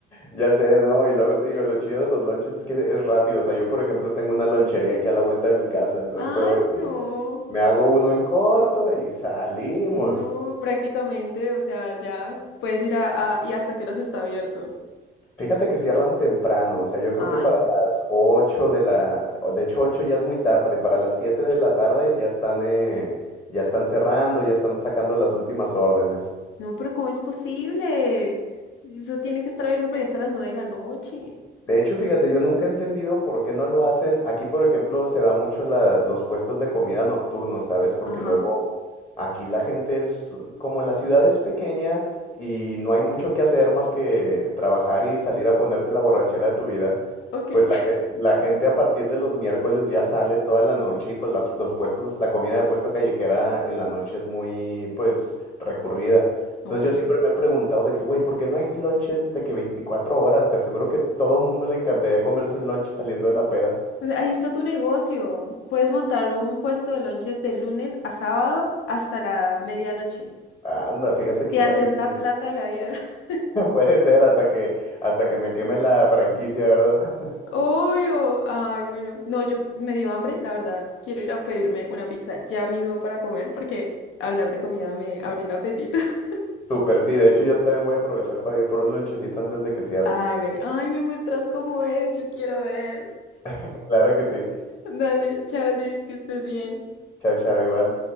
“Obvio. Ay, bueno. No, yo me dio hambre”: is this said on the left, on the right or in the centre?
Left